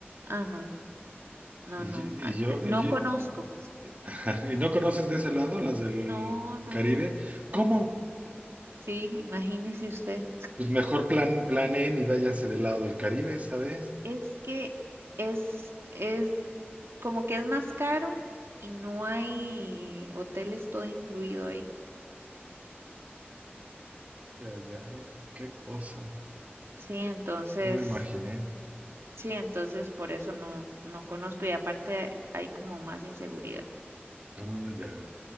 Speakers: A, on the right (about 85°); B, on the right (about 35°).
A: Ah, no, no,
B: Y,
A: no,
B: yo-
A: ah,
B: y yo,
A: te- no
B: y yo,
A: conozco.
B: <laughs> ¿Y no conoces de ese lado, las del
A: No, no,
B: Caribe? ¿Cómo?
A: sí, imagínese usted.
B: Pues mejor plan, planeen y váyanse del lado del Caribe esta vez.
A: Es que es, es como que es más caro y no hay hoteles todo incluido ahí.
B: Ya, ya, ay, qué cosa.
A: Sí, entonces,
B: No me imaginé.
A: sí, entonces por eso no, no conozco y aparte hay como más inseguridad.
B: Ah, ya.